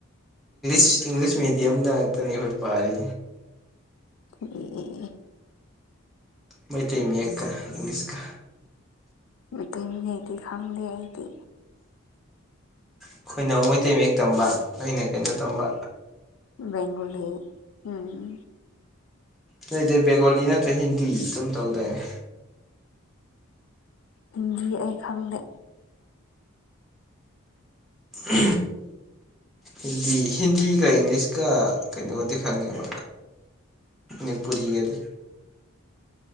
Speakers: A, in the centre; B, on the left.
A: ꯁ ꯏꯪꯂꯤꯁ ꯃꯦꯗꯤꯌꯝꯗ ꯉꯥꯛꯛꯇꯅꯤ ꯑꯩꯈꯣꯏ ꯄꯥꯔꯤ
B: ꯑꯣꯝ
A: ꯃꯩꯇꯩ ꯃꯌꯦꯛꯀꯥ ꯏꯪꯂꯤꯁꯀꯥ
B: ꯃꯩꯇꯩꯅꯤ ꯑꯩꯗꯤ ꯈꯪꯗꯦ ꯑꯩꯗꯤ
A: ꯑꯩꯈꯣꯏꯅ ꯃꯩꯇꯩ ꯃꯌꯦꯛ ꯇꯝꯕ ꯅꯣꯏꯅ ꯀꯩꯅꯣ ꯇꯝꯕ
B: ꯕꯦꯡꯒꯣꯂꯤ ꯎꯝ
A: ꯅꫭꯏꯗꯤ ꯕꯦꯡꯒꯣꯂꯤ ꯅꯠꯇ꯭ꯔ ꯍꯤꯟꯗꯤ ꯑꯗꯨꯝ ꯇꯧꯗꯥꯏꯅꯦ
B: ꯍꯤꯟꯗꯤ ꯑꯩ ꯈꯪꯗꯦ
A: ꯑ ꯍꯤꯟꯗꯤ ꯍꯤꯟꯗꯤꯒ ꯏꯪꯂꯤꯁꯀ ꯀꯩꯅꯣꯒꯗꯤ ꯈꯪꯉꯦꯕ ꯃꯤꯅꯤꯄꯨꯔꯤ ꯒꯗꯤ